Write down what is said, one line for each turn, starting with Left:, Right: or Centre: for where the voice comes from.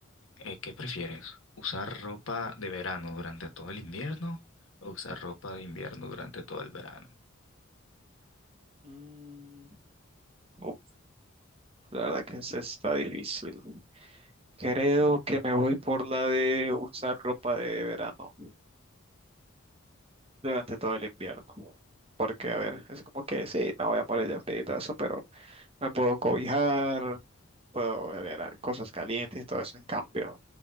Left: Eh, ¿qué prefieres? ¿Usar ropa de verano durante todo el invierno o usar ropa de invierno durante todo el verano?
Right: Mm, uf, la verdad que esa está difícil. Creo que me voy por la de usar ropa de verano durante todo el invierno. Porque, a ver, es como que sí, no voy a morir de frío y todo eso, pero me puedo cobijar, puedo beber a- cosas calientes y todo eso. En cambio,